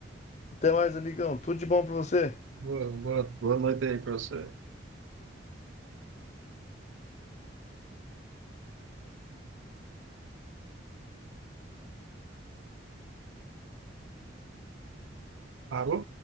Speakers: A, on the left (about 35°); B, on the right (about 85°).
A: Até mais, amigão. Tudo de bom pra você.
B: Boa, boa, boa noite aí para você. Parou?